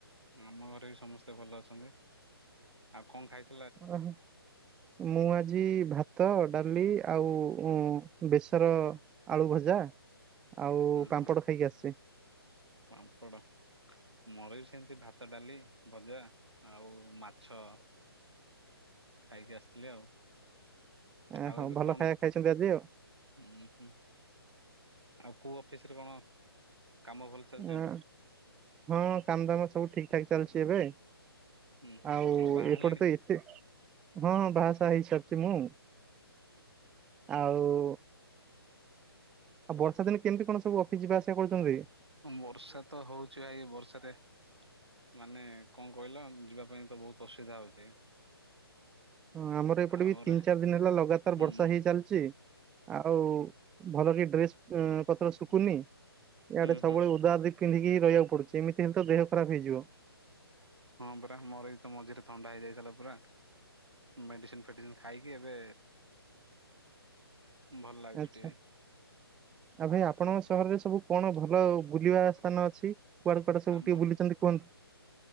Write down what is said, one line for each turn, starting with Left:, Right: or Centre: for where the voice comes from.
Right: ଆମ ଘରେ ବି ସମସ୍ତେ ଭଲ ଅଛନ୍ତି। ଆଉ କଣ ଖାଇଥ?
Centre: ଓହୋ ମୁଁ ଆଜି ଭାତ, ଡ଼ାଲି, ଆଉ ଉଁ ବେସ। ତର ଆଳୁ ଭଜା ଆଉ
Right: ଉଁ
Centre: ପାମ୍ପଡ଼
Right: ହୁଁ
Centre: ଖାଇକି ଆସିଚି।
Right: ପାମ୍ପଡ଼। ମୋର ବି ସେମତି ଭାତ, ଡ଼ାଲି, ଭଜା, ଆଉ ମାଛ। ଖାଇକି ଆସିଥିଲେ ଆଉ?
Centre: ଆଁ
Right: ଆଉ
Centre: ହୋ
Right: ଏବେ
Centre: ଭଲ
Right: କଣ
Centre: ଖାଇବା ଖାଇଛନ୍ତି ଆଜି ଆଉ?
Right: ଉଁ ହୁଁ ଆଉ କୋଉ ଅଫିସ୍ ରେ କଣ କାମ ଭଲ? ଚାଲିଛି
Centre: ଆ
Right: ଏବେ?
Centre: ହଁ। କାମ ଦାମ ସବୁ ଠିକ୍ ଠାକ୍ ଚାଲିଚି ଏବେ।
Right: ହୁଁ ହୁଁ
Centre: ଆଉ
Right: ବାହା
Centre: ଏପଟେ
Right: ହେଲେଣି?
Centre: ତ ଏତେ ହଁ ବାହାଷାହା ହେଇ ସାରିଚି ମୁଁ ଆଉ ଆଉ ବର୍ଷା ଦିନେ କେମତି କଣ ସବୁ ଅଫିସ୍ ଯିବା, ଆସିବା କରୁଚନ୍ତି?
Right: ବର୍ଷା ତ ହେଉଚି ଭାଇ ବର୍ଷାରେ। ମାନେ କଣ କହିଲ? ଯିବା ପାଇଁ ତ ବହୁତ ଅସୁବିଧା ହେଉଚି।
Centre: ହଁ ଆମର ଏପଟେ
Right: ଆଉରେ
Centre: ବି ତିନ, ଚାରି ଦିନ ହେଲା ଲଗାତାର
Right: ହୁଁ
Centre: ବର୍ଷା
Right: ହୁଁ
Centre: ହେଇ ଚାଲିଚି ଆଉ। ଭଲ କି ଡ୍ରେସ୍ ଉଁ ପତ୍ର ଶୁଖୁନି ଇଆଡେ
Right: ହୁଁ
Centre: ସବୁବେଳେ
Right: ହୁଁ
Centre: ଓଦା ଓଧିକ୍‌। ପିନ୍ଧିକି ରହିବା ପଡ଼ୁଚି। ଏମତି ତ ଦେହ ଖରାପ୍ ହେଇଯିବ।
Right: ହଁ ପରା ମୋର ଏଇ ତ ମଝିରେ ଥଣ୍ଡା ହେଇଯାଇଥିଲା ପୁରା। ମେଡ଼ିସିନ୍, ଫେଡ଼ିସିନ୍ ଖାଇକି ଏବେ ଭଲ ଲାଗୁଛି
Centre: ଆଚ୍ଛା।
Right: ଟିକେ
Centre: ଆଉ କାଇଁ ଆପଣ ସହରରେ ସବୁ କଣ ଭଲ ବୁଲିବା ସ୍ଥାନ ଅଛି? କୁଆଡ଼େ କୁଆଡ଼େ ସବୁ
Right: ଆମର
Centre: ଟିକେ ବୁଲିଚନ୍ତି କୁହନ୍ତୁ?